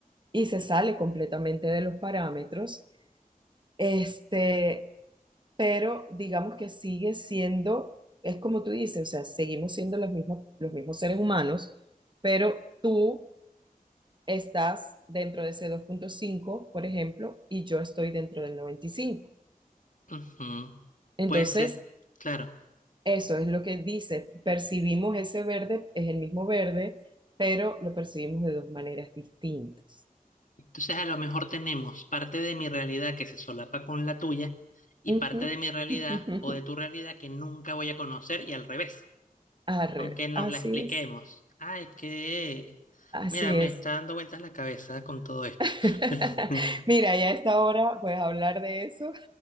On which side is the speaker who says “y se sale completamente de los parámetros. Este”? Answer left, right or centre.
Right